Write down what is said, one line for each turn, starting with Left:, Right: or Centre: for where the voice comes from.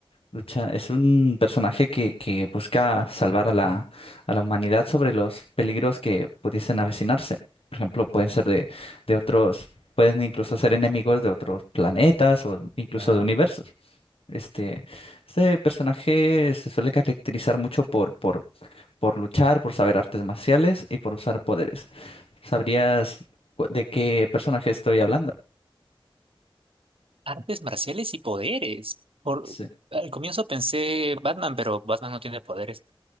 Left: Lucha es un personaje que, que busca salvar a la, a la humanidad sobre los peligros que pudiesen avecinarse. Por ejemplo, pueden ser de, de otros, pueden incluso ser enemigos de otros planetas o incluso
Right: Ya.
Left: de universos. Este, este personaje se suele caracterizar mucho por, por, por luchar, por saber artes marciales y por usar poderes. ¿Sabrías cu- de qué personaje estoy hablando?
Right: Artes marciales y poderes. Por,
Left: Sí.
Right: al comienzo pensé Batman, pero Batman no tiene poderes.